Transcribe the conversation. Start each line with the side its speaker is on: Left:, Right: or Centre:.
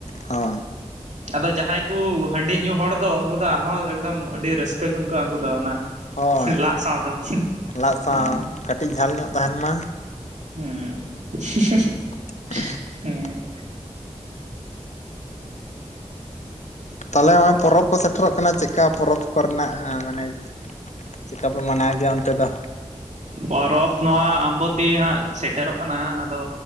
Left: ᱚ
Right: ᱟᱫᱚ ᱡᱟᱦᱟᱸᱭ ᱠᱚ ᱦᱟᱺᱰᱤ ᱧᱩ ᱦᱚᱲ ᱫᱚ ᱩᱱᱠᱩ ᱫᱚ ᱟᱨᱦᱚᱸ ᱮᱠᱫᱚᱢ ᱟᱹᱰᱤ ᱨᱟᱹᱥᱠᱟᱹ ᱠᱚ ᱟᱹᱭᱠᱟᱹᱣᱟ ᱩᱱᱠᱩ ᱫᱚ ᱚᱱᱟ
Left: ᱦᱳᱭ
Right: ᱞᱟᱫ ᱥᱟᱶ ᱫᱚ ᱾
Left: ᱞᱟᱜ ᱥᱟᱶ
Right: ᱩᱸ
Left: ᱠᱟᱹᱴᱤᱡ ᱡᱷᱟᱞ ᱧᱚᱜ ᱛᱟᱦᱮᱱ ᱢᱟ
Right: <unintelligible>
Left: <unintelligible>
Right: ᱦᱮᱸ
Left: ᱛᱟᱦᱚᱞᱮ ᱱᱚᱜᱼᱚᱭ ᱯᱚᱨᱚᱵᱽ ᱠᱚ ᱥᱮᱴᱮᱨᱚᱜ ᱠᱟᱱᱟ ᱪᱮᱫ ᱞᱮᱠᱟ ᱯᱚᱨᱚᱵᱽ ᱠᱚᱨᱮ ᱱᱟᱜ ᱢᱟᱱᱮ ᱪᱮᱫ ᱠᱟᱯᱮ ᱢᱟᱱᱟᱣ ᱜᱮᱭᱟ ᱚᱱᱛᱮ ᱫᱚ?
Right: ᱯᱚᱨᱚᱵᱽ ᱱᱚᱣᱟ ᱟᱢᱵᱚᱛᱤ ᱦᱟᱸᱜ ᱥᱮᱴᱮᱨᱚᱜ ᱠᱟᱱᱟ᱾ ᱟᱫᱚ